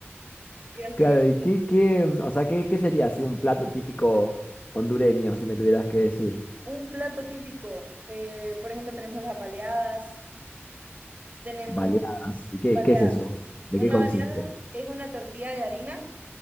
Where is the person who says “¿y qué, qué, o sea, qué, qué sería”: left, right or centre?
Left